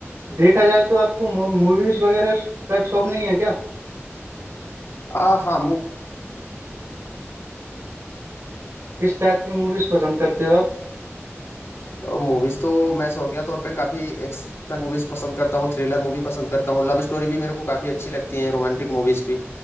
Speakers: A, on the right; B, on the left.
A: देखा जाए तो आपको मूवीज वगैरह का शौक नहीं है क्या
B: आ हाँ
A: किस टाइप की मूवीज पसंद करते हो आप
B: मूवीज तो मैं शौकिया तौर पे काफी एक्शन मूवीज पसंद करता हूँ थ्रिलर मूवी पसंद करता हूँ लव स्टोरी भी मेरे को काफी अच्छी लगती है रोमांटिक मूवीज भी